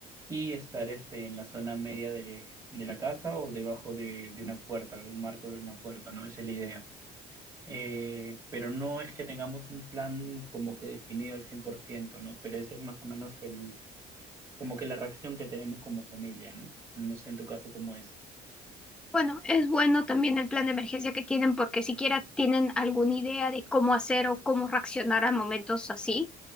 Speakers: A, on the right; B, in the centre.
A: Y estar este, en la zona media de, de la casa o debajo de, de una puerta, de un marco de una puerta, ¿no? Esa es la idea. Eh, pero no es que tengamos un plan como que definido al 100%, ¿no? Pero ese es más o menos el, como que la reacción que tenemos como familia, ¿no? No sé en tu caso cómo es.
B: Bueno, es bueno también el plan de emergencia que tienen porque siquiera tienen alguna idea de cómo hacer o cómo reaccionar a momentos así.